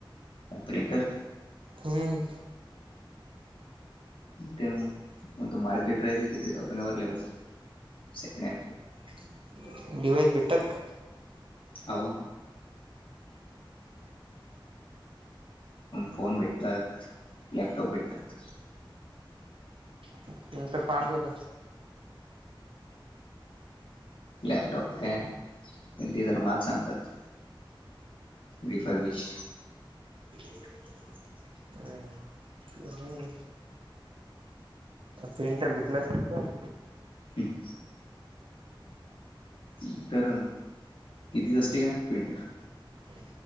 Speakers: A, on the left; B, on the right.
A: ऑपरेटर
B: हम्म,
A: ते कोणत मार्केट राहत तिकडे <unintelligible> होत सेकंड हँड.
B: हम् डीिवायस बीटक
A: हो फोन भेटतात लॅपटॉप भेटतात
B: म म तरर पाच होत
A: लॅपटॉप काय पण तेी जरा मार्क सांगतात रिफार बीच
B: <unintelligible> हम् हम्म प्रिंटट भेटला असत तर
A: ठीक पिंटर कितीच असते काय पिंटर
B: ह